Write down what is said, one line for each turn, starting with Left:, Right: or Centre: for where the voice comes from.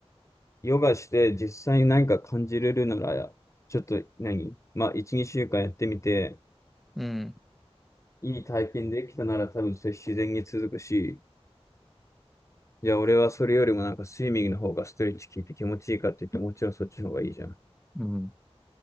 Left: ヨガして実際に何か感じれるなら、ちょっと何まあ、1、2週間やってみて、
Centre: うん。
Left: いい体験できたなら多分それ自然に続くし、じゃあ俺はそれよりもなんかスイミングの方がストレッチ効いて気持ちいいかって言ってもちろんそっちの方がいいじゃん。
Centre: うん。